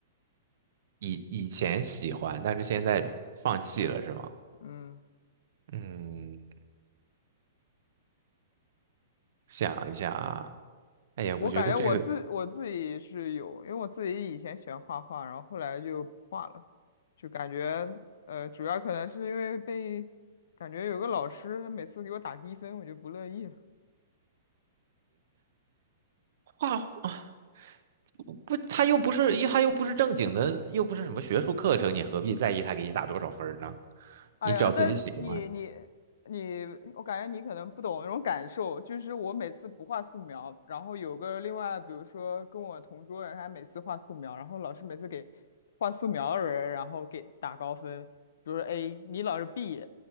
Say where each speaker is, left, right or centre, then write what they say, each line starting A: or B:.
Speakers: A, on the right; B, on the left.
A: 以以前喜欢，但是现在放弃了是吗？
B: 嗯，
A: 嗯，想一下。啊。哎呀，
B: 我感觉我自我自己是有，
A: 我觉得这个
B: 因为我自己以前喜欢画画，然后后来就不画了，就感觉呃主要可能是因为被感觉有个老师每次给我打低分，我就不乐意。了。
A: 画画不，他又不是，又他又不是正经的，又不是什么学术课程，你何必在意他给你打多少分儿呢？
B: 哎呀，
A: 你只要自己喜欢，
B: 那你你你，我感觉你可能不懂那种感受，就是我每次不画素描，然后有个另外，比如说跟我同桌人，他每次画素描，然后老师每次给画素描的人，然后给打高分，比如说 A，你老是 B，